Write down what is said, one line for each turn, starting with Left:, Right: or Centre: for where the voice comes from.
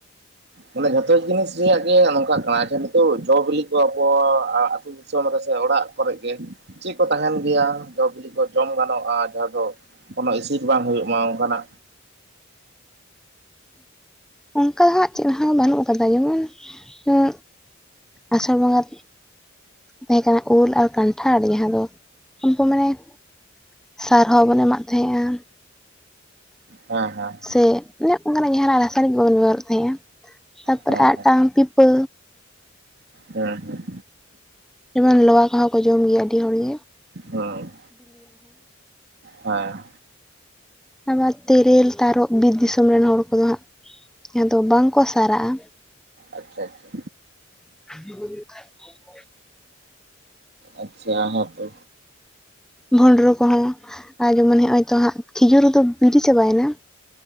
Right: ᱢᱟᱱᱮ ᱡᱷᱚᱛᱚ ᱡᱤᱱᱤᱥ ᱨᱮᱭᱟᱜ ᱜᱮ ᱱᱚᱝ ᱠᱟ ᱠᱟᱱᱟ ᱟᱫᱚ ᱱᱤᱛᱚᱜ ᱡᱚ ᱵᱤᱞᱤ ᱠᱚ ᱟᱵᱚ ᱟᱛᱩ ᱫᱤᱥᱚᱢ ᱨᱮ ᱥᱮ ᱚᱲᱟᱜ ᱠᱚᱨᱮᱜ ᱜᱮ ᱪᱮᱫ ᱠᱚ ᱛᱟᱦᱮᱱ ᱜᱮᱭᱟ ᱡᱚ ᱵᱤᱞᱤ ᱠᱚ ᱡᱚᱢ ᱜᱟᱱᱚᱜᱼᱟ ᱡᱟᱦᱟᱸ ᱫᱚ ᱚᱱᱟ ᱤᱥᱤ ᱵᱟᱝ ᱡᱚᱢᱟᱣ ᱟᱱᱠᱟᱱᱟ,
Centre: ᱚᱱᱠᱟ ᱦᱟᱸᱜ ᱪᱤᱱᱦᱟᱹᱣ ᱵᱟᱹᱱᱩᱜ ᱠᱟᱫᱟ᱾ ᱡᱮᱢᱚᱱ, ᱩᱸ ᱟᱥᱟᱲ ᱵᱚᱸᱜᱟ ᱛᱟᱦᱮᱸ ᱠᱟᱱᱟ ᱩᱞ ᱟᱨ ᱠᱟᱱᱴᱷᱟᱲ ᱡᱟᱦᱟᱸ ᱫᱚ ᱩᱱᱠᱩ ᱢᱟᱱᱮ ᱥᱟᱨ ᱦᱚᱸ ᱵᱚᱱ ᱮᱢᱟᱜ ᱛᱟᱦᱮᱸᱜᱼᱟ᱾
Right: ᱦᱮᱸ ᱦᱮᱸ᱾
Centre: ᱥᱮ ᱚᱱᱮ ᱚᱱᱠᱟᱱᱟᱜ ᱡᱟᱦᱟᱱᱟᱜ ᱨᱟᱥᱟᱭᱱᱤᱠ ᱵᱟᱵᱚᱱ ᱵᱮᱵᱚᱦᱟᱨᱮᱫ ᱛᱟᱦᱮᱸᱜᱼᱟ ᱛᱟᱯᱚᱨᱮ
Right: ᱦᱮᱸ
Centre: ᱟᱨ ᱟᱴᱟᱝ ᱯᱤᱯᱟᱹ
Right: ᱦᱮᱸ
Centre: ᱡᱮᱢᱚᱱ ᱞᱚᱣᱟ ᱠᱚ ᱦᱚᱸ ᱠᱚ ᱡᱚᱢ ᱜᱮᱭᱟ ᱟᱹᱰᱤ ᱦᱚᱲ ᱜᱮ ᱾
Right: ᱚ, ᱦᱮᱸ
Centre: ᱟᱵᱟᱨ ᱛᱤᱨᱤᱞ, ᱛᱟᱨᱚᱵ, ᱵᱤᱨ ᱫᱤᱥᱚᱢ ᱨᱮᱱ ᱦᱚᱲ ᱠᱚ ᱫᱚ ᱦᱟᱸᱜ ᱡᱟᱦᱟᱸ ᱫᱚ ᱵᱟᱝ ᱠᱚ ᱥᱟᱨᱟᱜᱼᱟ᱾
Right: ᱟᱪᱪᱷᱟ ᱟᱪᱪᱷᱟ,
Centre: ᱠᱷᱟᱸᱪᱤ ᱠᱚ ᱦᱤᱡᱩᱜ ᱛᱟᱸᱦᱮᱜ
Right: ᱟᱪᱪᱷᱟ ᱦᱮᱸ ᱛᱚ
Centre: ᱵᱷᱚᱱᱰᱨᱩ ᱠᱚᱦᱚᱸ ᱟᱨ ᱡᱮᱢᱚᱱ ᱦᱚᱜ-ᱚᱭ ᱛᱚ ᱦᱟᱸᱜ ᱠᱷᱤᱡᱩᱨ ᱫᱚ ᱵᱤᱞᱤ ᱪᱟᱵᱟᱭᱮᱱᱟ ᱾